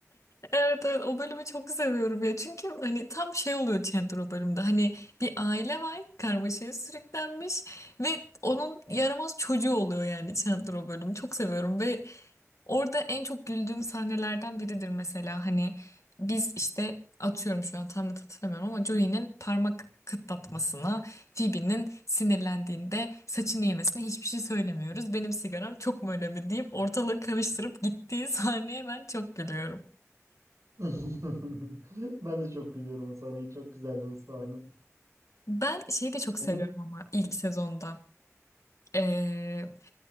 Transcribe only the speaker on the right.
<laughs> Ben de çok gülüyorum o sahneye. Çok güzeldi o sahne.
Onun